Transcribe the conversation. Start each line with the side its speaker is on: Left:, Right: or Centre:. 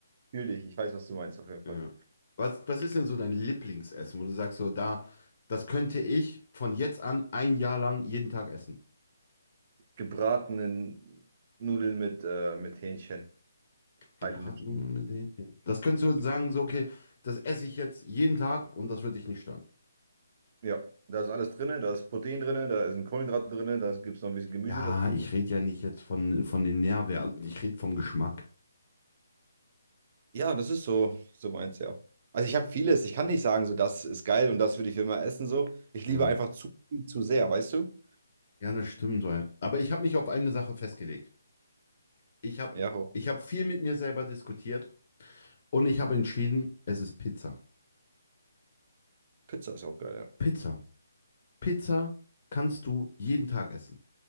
Right: fühle dich, ich weiß, was du meinst auf jeden
Left: Ja.
Right: Fall.
Left: Was, was ist denn so dein Lieblingsessen, wo du sagst, so da, das könnte ich von jetzt an ein Jahr lang jeden Tag essen?
Right: Gebratenen Nudeln mit, äh, mit Hähnchen, thailändisch.
Left: Gebraten mit Hähnchen. Das könntest du sagen, so, okay, das esse ich jetzt jeden Tag und das wird dich nicht stören.
Right: Ja, da ist alles drin, da ist Protein drin, da ist ein Kohlenhydrat drin, da gibt es noch ein bisschen Gemüse
Left: Ja,
Right: dazu.
Left: ich rede ja nicht jetzt von, von den Nährwerten, ich rede vom Geschmack.
Right: Ja, das ist so, so meins, ja. Also ich habe vieles, ich kann nicht sagen, so das ist geil und das würde ich immer essen, so. Ich
Left: Ja.
Right: liebe einfach zu viel, zu sehr, weißt du?
Left: Ja, das stimmt. Weil, aber ich habe mich auf eine Sache festgelegt. Ich habe
Right: Ja, aber
Left: ich hab viel mit mir selber diskutiert und ich habe entschieden, es ist Pizza.
Right: Pizza ist auch geil, ja.
Left: Pizza. Pizza kannst du jeden Tag essen.